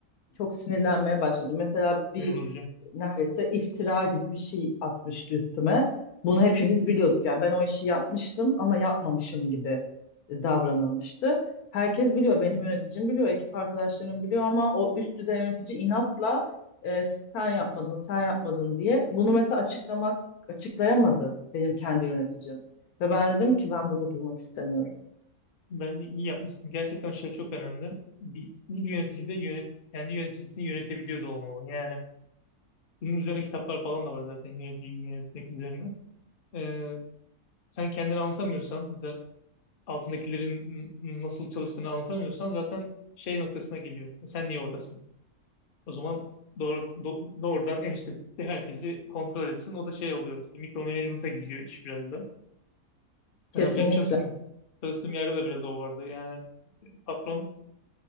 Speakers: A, on the left; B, on the left.
A: Çok sinirlenmeye başladım. Mesela
B: sinir
A: bir
B: bozucu.
A: neredeyse iftira gibi bir şey atmıştı üstüme. Bunu hepimiz biliyorduk yani ben o işi yapmıştım ama yapmamışım gibi davranılmıştı. Herkes biliyor, benim yöneticim biliyor, ekip arkadaşlarım biliyor ama o üst düzey yönetici inatla e, sen yapmadın, sen yapmadın diye bunu mesela açıklamak açıklayamadı benim kendi yöneticim. Ve ben dedim ki ben burada durmak istemiyorum.
B: Bence iyi yapmışsın. Gerçekten şey çok önemli. Bir, bir yönetici de yönet, kendi yöneticisini yönetebiliyor da olmalı. Yani bunun üzerine kitaplar falan da var zaten yöneticiyi yönetmek üzerine. Ee, sen kendini anlatamıyorsan ya da altındakilerin n- nasıl çalıştığını anlatamıyorsan zaten şey noktasına geliyor. Sen niye oradasın? O zaman doğru, do- doğrudan en üstteki herkesi kontrol etsin. O da şey oluyor. Işte, mikro management'a giriyor iş biraz da.
A: Kesinlikle.
B: Yani benim çalıştığım çalıştığım yerde de biraz o vardı. Yani patron